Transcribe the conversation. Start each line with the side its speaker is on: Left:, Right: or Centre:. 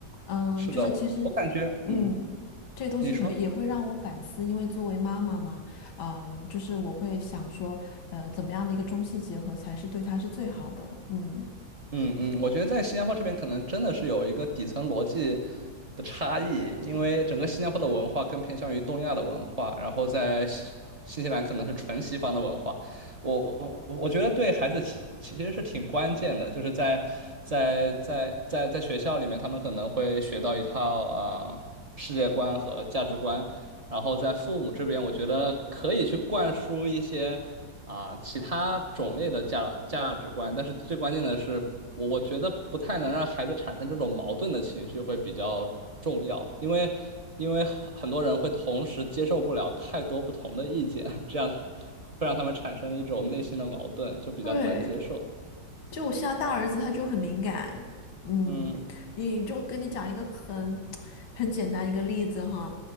Left: 嗯，
Right: 是的，
Left: 就是其实，
Right: 我我感觉，
Left: 嗯，
Right: 嗯，
Left: 这些东西会也会让我反思，
Right: 你说。
Left: 因为作为妈妈嘛，嗯，就是我会想说，呃，怎么样的一个中西结合才是对他是最好的，嗯。
Right: 嗯嗯，我觉得在新加坡这边可能真的是有一个底层逻辑的差异，因为整个新加坡的文化更偏向于东亚的文化，然后在新新西兰可能是纯西方的文化。我我我我觉得对孩子其其实是挺关键的，就是在在在在在学校里面，他们可能会学到一套啊、呃世界观和价值观，然后在父母这边，我觉得可以去灌输一些。啊，其他种类的价价值观，但是最关键的是，我我觉得不太能让孩子产生这种矛盾的情绪会比较重要，因为因为很很多人会同时接受不了太多不同的意见，这样会让他们产生一种内心的矛盾，就比较难接受。
Left: 对，就我现在大儿子他就很敏感，嗯，
Right: 嗯
Left: 你就跟你讲一个很很简单一个例子哈，